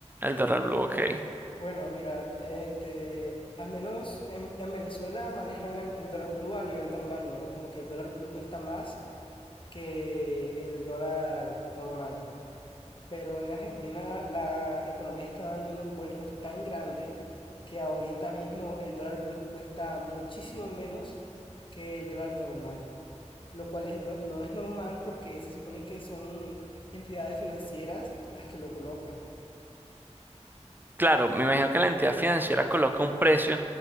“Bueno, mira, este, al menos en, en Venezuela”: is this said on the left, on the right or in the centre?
Left